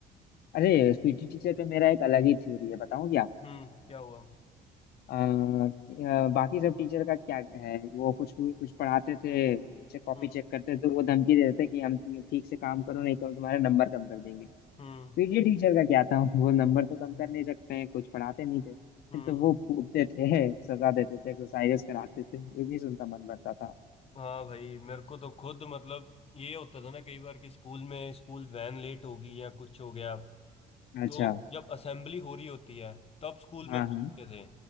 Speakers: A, on the left; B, on the left.
A: अरे पीटी टीचर पे मेरा एक अलग ही थ्योरी है बताऊँ क्या आपको
B: हम्म क्या हुआ
A: अ, कि, अ, बाकी सब टीचर का क्या है वो कुछ कुछ पढ़ाते थे कॉपी
B: हम्म
A: चेक करते थे तो वो धमकी देते थे कि हम ठीक से काम करो नहीं तो हम तुम्हारे नंबर कम कर देंगे
B: हम्म
A: पीटी टीचर का क्या था वो नंबर तो कम कर नहीं सकते हैं कुछ पढ़ाते नहीं थे
B: हम्म
A: तो वो कूटते थे सजा देते थे एक्सरसाइजेस कराते थे इतनी से उनका मन भरता था
B: हाँ भाई मेरे को तो खुद मतलब ये होता था ना कई बार कि स्कूल में स्कूल वैन लेट होगी या कुछ हो गया
A: अच्छा
B: तो जब असेंबली हो रही होती है तब स्कूल में
A: हाँ
B: पूछते
A: हाँ
B: थे